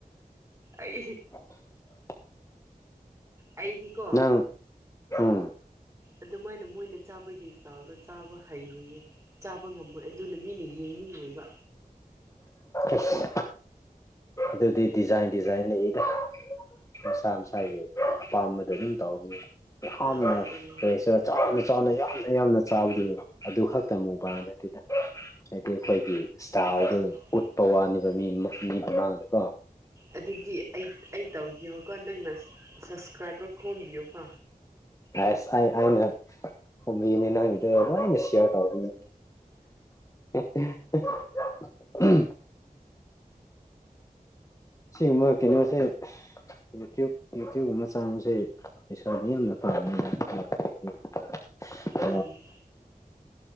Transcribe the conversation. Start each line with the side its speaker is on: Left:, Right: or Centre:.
Right: ꯑꯩ
Left: <inaudible>
Right: ꯑꯩꯗꯤꯀꯣ
Left: ꯅꯪ ꯎꯝ
Right: ꯑꯗꯨꯃꯥꯏꯅ ꯃꯣꯏꯅ ꯆꯥꯕꯒꯤ ꯏꯁꯇꯥꯏꯜꯗ ꯆꯥꯕ ꯍꯩꯔꯌꯦ ꯆꯥꯕ ꯉꯝꯃꯣꯏ ꯑꯗꯨꯅ ꯃꯤꯅ ꯌꯦꯡꯅꯤꯡꯉꯣꯏꯕ
Left: ꯏꯁ ꯑꯗꯨꯗꯤ ꯗꯤꯖꯥꯏꯟ ꯗꯤꯖꯥꯏꯟ ꯂꯩꯌꯦꯗ ꯃꯁꯥ ꯃꯁꯥꯒꯤ ꯑꯄꯥꯥꯝꯕꯗꯣ ꯑꯗꯨꯝ ꯇꯧꯅꯤ ꯌꯥꯝꯅ
Right: ꯑꯗꯨꯗꯒꯤ
Left: ꯀꯁꯨ ꯆꯥꯎꯅ ꯆꯥꯎꯅ ꯌꯥꯝꯅ ꯌꯥꯝꯅ ꯆꯥꯕꯗꯨ ꯑꯗꯨ ꯈꯛꯇ ꯃꯨꯛꯕꯥꯡꯅꯠꯇꯦ ꯍꯥꯏꯗꯤ ꯑꯩꯈꯣꯏꯒꯤ ꯏꯁꯇꯥꯜꯗ
Right: ꯑꯣ
Left: ꯎꯠꯄ ꯋꯥꯅꯦꯕ ꯃꯤ ꯃꯤ ꯃꯃꯥꯡꯗ
Right: ꯑꯗꯨꯗꯤ ꯑꯩ ꯑꯩ ꯇꯧꯈꯤꯕꯀꯣ ꯅꯪꯅ ꯁꯞꯁꯀ꯭ꯔꯥꯏꯕꯔ ꯈꯣꯝꯕꯤꯌꯨꯀꯣ
Left: ꯑꯁ ꯑꯩ ꯑꯩꯅ ꯈꯣꯝꯕꯤꯅꯤ ꯅꯪꯒꯤꯗ ꯂꯣꯏꯅ ꯁꯤꯌꯥꯔ ꯇꯧꯔꯤꯅꯦ <unintelligible> ꯑꯁꯦꯡꯕ ꯀꯩꯅꯣꯁꯦ ꯌꯨ ꯇꯌꯨꯞ ꯌꯨ ꯇꯌꯨꯞ ꯑꯃ ꯆꯥꯡꯕꯁꯦ ꯄꯩꯁꯥꯗꯤ ꯌꯥꯝꯅ ꯄꯥꯝꯃꯦꯅ <unintelligible>
Right: ꯎꯝ